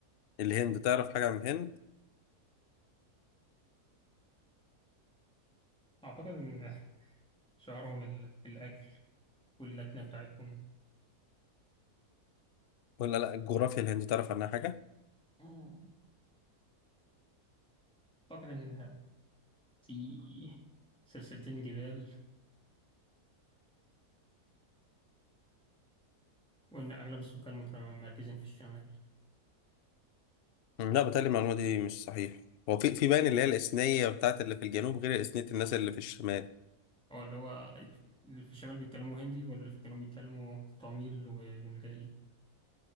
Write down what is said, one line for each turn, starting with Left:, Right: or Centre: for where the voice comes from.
Left: الهند تعرف حاجة عن الهند؟
Centre: أعتقد إن شعارهم ال- الأكل واللكنة بتاعتهم
Left: ولا لا الجغرافيا الهند تعرف عنها حاجة؟
Centre: اه أعتقد إن في سلسلتين جبال وإن أغلب السكان متمركزين في الشمال
Left: لا بتهيألي المعلومة دي مش صحيح هو في في باين اللي هي الإثنية بتاعت اللي في الجنوب غير إثنية الناس اللي في الشمال
Centre: أو اللي هو اللي في الشمال بيتكلموا هندي واللي في الجنوب بيتكلموا تاميل وبنغالي